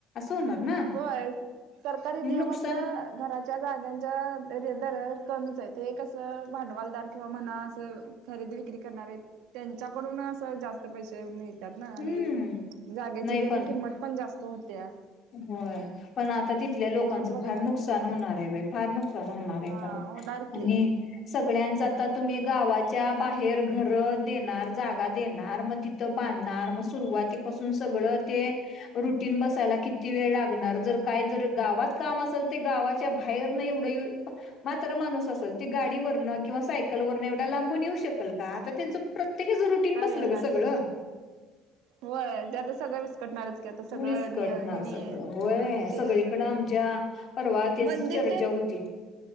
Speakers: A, on the left; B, on the right.
A: होणार ना
B: होय. सरकारी नियमात
A: नुकसान
B: ना घराच्या जाग्यांच्या द दर कमीच हायत ते कसं भांडवालदार किंवा म्हणा असं खरेदी विक्री करणार आहेत, त्यांच्याकडून असं जास्त पैसे मित ना आणि
A: हम्म
B: जागेची
A: नाही
B: त्या
A: पण
B: किंमत पण जास्त होते्या
A: होय पण आता आता तिथल्या लोकांच
B: एजंट वगैरे
A: फार
B: असल्यावर
A: नुकसान होणार आहे बा फार नुकसान होणार आहे
B: हा
A: खर आणि
B: होणार की
A: स सग
B: होणार
A: जाता तुमही गाात च्या बाहेर घर देणार जागा देणार मग तिथं बांधणार मग सुरुवातीपासून स स ते रुट बसाला क किती वेळ लागणार जर काय जर गावात काम असेल तर गावाच्या बाहेर नाही एवढं मात्र माणूस असेल ती गाडीवररं किंवा सायकल वरन एवढा लांबून येऊ शकल का आता त्यांचं प्रत्य ते त्याचं रुटीन
B: काय
A: बसलं
B: येणार
A: ग सगळं
B: होय ते आता सगळं विस्कटणारच की आता सगळं
A: विस्कटणार सगळं होय
B: एवढ हे केलं
A: सगळीकडं
B: म्हवर
A: आमच्या परवा तेच
B: मंदिर
A: चर्चा होती